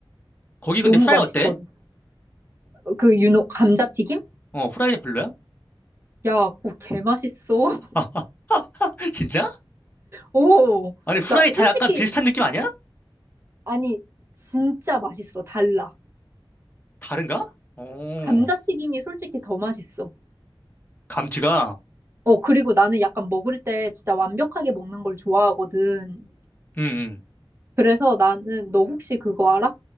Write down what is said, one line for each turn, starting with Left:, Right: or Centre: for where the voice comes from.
Left: 거기 근데
Right: 너무
Left: 후라이
Right: 맛있거든.
Left: 어때?
Right: 어, 그 유노 감자튀김?
Left: 어, 후라이는 별로야?
Right: 야, 그거 개 맛있어. <laughs>
Left: <laughs> 아, 진짜?
Right: 오,
Left: 아니, 후라이
Right: 나
Left: 다
Right: 솔직히
Left: 약간 비슷한 느낌 아니야?
Right: 아니 진짜 맛있어. 달라.
Left: 다른가? 어,
Right: 감자튀김이 솔직히 더 맛있어.
Left: 감튀가,
Right: 어, 그리고 나는 약간 먹을 때 진짜 완벽하게 먹는 걸 좋아하거든.
Left: 음, 음.
Right: 그래서 나는 너 혹시 그거 알아?